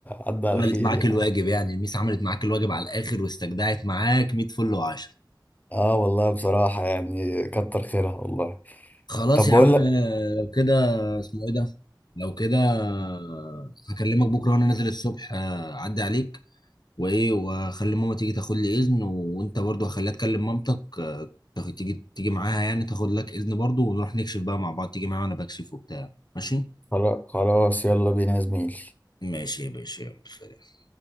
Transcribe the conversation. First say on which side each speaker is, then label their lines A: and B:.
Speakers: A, on the left; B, on the left.
A: عدى
B: عملت
A: على خير
B: معاك
A: يعني
B: الواجب يعني الميس عملت معاك الواجب على الاخر واستجدعت معاك 100 فل و10
A: اه والله بصراحة يعني كتر خيرها والله
B: خلاص
A: طب
B: يا
A: بقول
B: عم
A: لك
B: آه، لو كده اسمه ايه ده لو كده آه، هكلمك بكره وانا نازل الصبح آه، اعدي عليك وايه واخلي ماما تيجي تاخد لي اذن وانت برضو هخليها تكلم مامتك آه، تاخد- تيجي تيجي معاها يعني تاخد لك اذن برضو ونروح نكشف بقى مع بعض تيجي معايا وانا بكشف وبتاع ماشي
A: خلا- خلاص يلا بينا يا زميلي
B: ماشي يا باشا يلا سلام.